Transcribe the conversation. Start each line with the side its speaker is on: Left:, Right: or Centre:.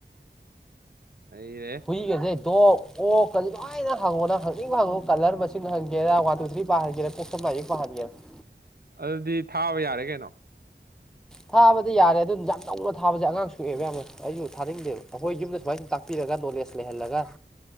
Right: ꯅꯩꯔꯦꯍꯦ
Centre: ꯄꯤꯈꯁꯦ ꯗꯣꯛ ꯑꯣ ꯀ ꯂꯣꯏꯅ ꯍꯥꯡꯉꯣꯅ ꯍꯪꯆꯤꯡ ꯍꯥꯡꯉꯣ ꯀꯂꯔ ꯃꯁꯤꯡ ꯍꯪꯒꯦꯔꯥ ꯋꯥꯟ ꯇꯨ ꯊ꯭ꯔꯤ ꯄꯥꯍꯟꯒꯦꯔꯥ <unintelligible> ꯎꯊ ꯃꯥ ꯃꯍꯥꯔꯤ <unintelligible> ꯫
Right: ꯑꯗꯨꯗꯤ ꯊꯥꯕ ꯌꯥꯔꯦ ꯀꯩꯅꯣ
Centre: ꯊꯥꯕꯗꯤ ꯌꯥꯔꯦ ꯑꯗꯨꯅ ꯌꯥꯝ ꯅꯧꯅ ꯊꯥꯕꯁꯦ ꯑꯉꯥꯡ ꯁꯣꯛꯑꯦꯕ ꯌꯥꯝꯅ ꯑꯩꯁꯨ ꯊꯥꯅꯤꯡꯗꯦꯕ ꯑꯩꯈꯣꯏ ꯌꯨꯝꯗ ꯁꯨꯃꯥꯏꯁꯨꯝ ꯇꯥꯛꯄꯤ ꯄꯤꯔꯒ ꯅꯣꯂꯦꯁ ꯂꯩꯍꯜꯂꯒ--꯫